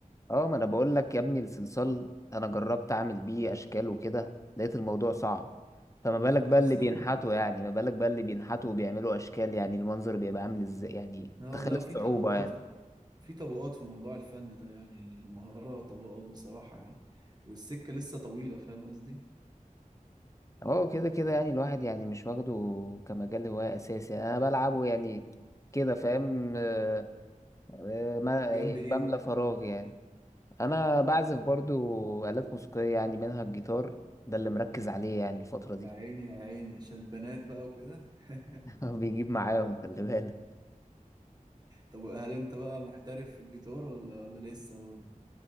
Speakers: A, on the left; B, on the right.
A: اه ما انا بقول لك يا ابني الصلصال انا جربت اعمل بيه اشكال وكده لقيت الموضوع صعب فما بالك بقى
B: اصلا
A: اللي بينحتوا يعني ما بالك بقى اللي بينحتوا وبيعملوا اشكال يعني المنظر بيبقى عامل ازاي يعني
B: اه
A: تخيل
B: لا
A: الصعوبة
B: في طبقات
A: يعني
B: في طبقات في موضوع الفن ده يعني المهارة طبقات بصراحة يعني والسكة لسه طويلة فاهم قصدي
A: اه كده كده يعني الواحد يعني مش واخده كمجال هواية أساسي أنا بلعبه يعني كده فاهم آه، آه، ما
B: جنب ايه
A: بملى
B: بقى
A: فراغ يعني أنا بعزف برضو آلات موسيقية يعني منها الجيتار ده اللي مركز عليه يعني الفترة دي
B: يا عيني يا عيني عشان البنات بقى وكده <laughs>
A: <laughs> بيجيب معاهم خلي بالك
B: طب هل انت بقى محترف في الجيتار ولا ولا لسه برضه